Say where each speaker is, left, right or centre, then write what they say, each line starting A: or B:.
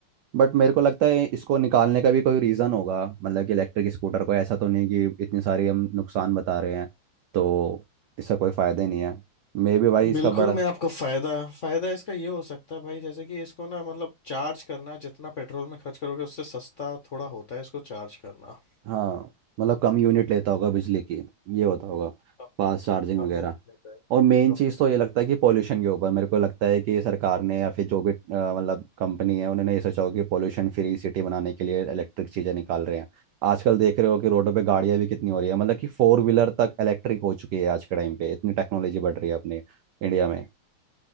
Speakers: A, on the right (about 85°); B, on the left (about 55°).
A: बट मेरे को लगता है इसको निकालने का भी कोई रीज़न होगा मतलब कि इलेक्ट्रिक स्कूटर को ऐसा तो नहीं कि इतनी सारी हम नुकसान बता रहे हैं तो इसका कोई फ़ायदा नहीं है मे भी भाई इसका
B: बिल्कुल
A: बड़ा
B: मैं आपको फायदा फायदा इसका ये हो सकता है भाई जैसे कि इसको ना मतलब चार्ज करना जितना पेट्रोल में खर्च करोगे उससे सस्ता थोड़ा होता है इसको चार्ज करना
A: हाँ मतलब कम यूनिट लेता होगा बिजली की ये होता होगा
B: कम
A: फास्ट चार्जिंग
B: कम
A: वगैरह
B: यूनिट लेता है
A: और मेन
B: तो
A: चीज़
B: अपने
A: तो ये
B: कम
A: लगता है कि पॉल्यूशन के ऊपर मेरे को लगता है कि सरकार ने या फिर जो भी अ, मतलब कंपनी है उन्होंने ये सोचा हो कि पॉल्यूशन फ्री सिटी बनाने के लिए इलेक्ट्रिक चीज़ें निकाल रहे हैं आजकल देख रहे हो कि रोडों पे गाड़ियां भी कितनी हो रही है मतलब कि फोर व्हीलर तक इलेक्ट्रिक हो चुकी है आज के टाइम पे इतनी टेक्नोलॉजी बढ़ रही है अपने इंडिया में